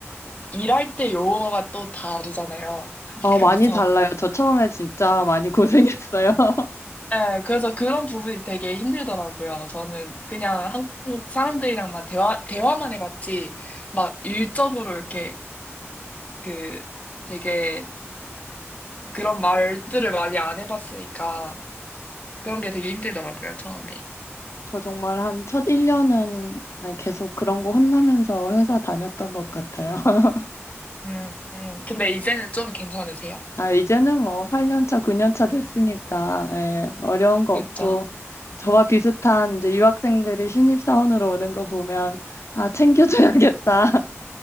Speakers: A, on the left (about 30°); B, on the left (about 70°).
A: 일할 때 용어가 또 다르잖아요. <laughs>
B: 어, 많이
A: 그래서
B: 달라요. 저 처음에 진짜 많이 고생했어요. <laughs>
A: 네, 그래서 그런 부분이 되게 힘들더라고요. 저는 그냥 한국 사람들이랑만 대화, 대화만 해봤지, 막 일적으로 이렇게 그 되게 그런 말들을 많이 안 해봤으니까 그런 게 되게 힘들더라고요, 처음에.
B: 저 정말 한 첫 1년은 계속 그런 거 혼나면서 회사 다녔던 것 같아요. <laughs>
A: 음, 음. 근데 이제는 좀 괜찮으세요?
B: 아, 이제는 뭐 8년 차, 9년 차 됐으니까, 예, 어려운 거
A: 그쵸?
B: 없고, 저와 비슷한
A: 음.
B: 이제 유학생들이 신입사원으로 오는 거 보면, 아, 챙겨줘야겠다. <laughs>